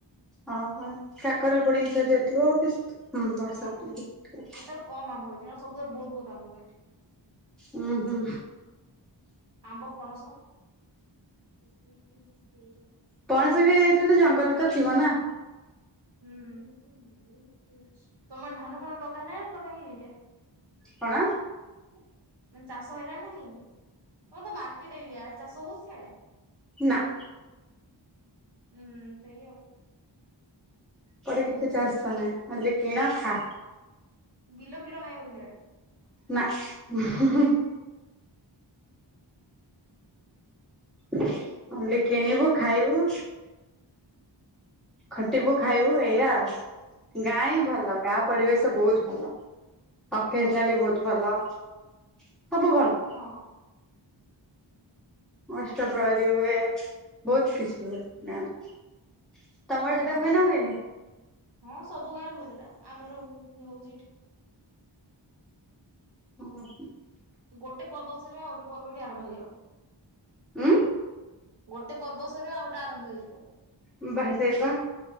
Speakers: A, in the centre; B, on the right.
A: ଅହ କାକର ବି ପଡିକି ଝଡିଯାଇଥିବ ଇସ ହୁଁ
B: ହଁ
A: ବର୍ଷା ପଡିକି ଝଡି ଯାଇଥିବ।
B: ଏଥର କମ ଆମ୍ବ ହେଇଚି ନହଲେ ସବୁବଳେ ବହୁତ ବହୁତ ଆମ୍ବ ହୁଏ ଏଠି।
A: ଉୁଁ ହୁଁ
B: ଆମ୍ବ ପଣସ <inaudible>
A: ପଣସ ବି ହେଉଚି ତ ଜଙ୍ଗଲ ତ ଥିବ ନା?
B: ହୁଁ ତମଆଡେ ଧାନଫାନ ଲଗାହେଲା ଲଗାହେଇନି ଏ ଯାଏ?
A: କଣ
B: <inaudible> ମାନେ ଚାଷ ହେଲାଣି ନା ହେଇନି? ତମର ତ ମାର୍କେଟ ଏରିଆ ଚାଷ ହଉଚି ସିଆଡ଼େ?
A: ନାଁ।
B: ଉଁ ସେଇ ଆଉ।
A: କହିଲି କିଛି ଚାଷ ନାହିଁ ଖାଲି କିଣ ଖା।
B: ବିଲ ଫିଲ ନାହିଁ ବୋଧେ ସିଆଡେ?
A: ନାଁ। <unintelligible> ମୁଁ କହିଲି କିଣିବୁ ଖାଇବୁ। ଖଟିବୁ ଖାଇବୁ ଏଇଆ ଆଉ ଗାଁ ହିଁ
B: ହୁଁ
A: ଭଲ ଗାଁ ପରିବେଶ ବୋହୁତ ଭଲ ଅକେଜନାଲି ବୋହୁତ ଭଲ ସବୁଭଲ।
B: ହଁ।
A: ଅଷ୍ଟପ୍ରହରୀ ହୁଏ ବୋହୁତ କିଛି ହୁଏ ଗାଁରେ। ତମର
B: ଉଁ
A: ସେଟା
B: ହଁ।
A: ହୁଏ ନା ହୁଏନି?
B: ହଁ ସବୁ ଗାଁରେ ହୁଏ ସେଟା। ଆମର ହୁ ହଉଚି ଏଠି।
A: ଓ ହଁ।
B: ଗୋଟେ ପର୍ବ ସରିବ ଆଉ ଗୋଟେ ପର୍ବ ଏଠି ଆରମ୍ଭ ହେଇଯିବ।
A: ଉଁ
B: ଗୋଟେ ପର୍ବ ସରିବ ଆଉ ଗୋଟେ ଆରମ୍ଭ ହେଇଯିବ।
A: <unintelligible> ସେଇପା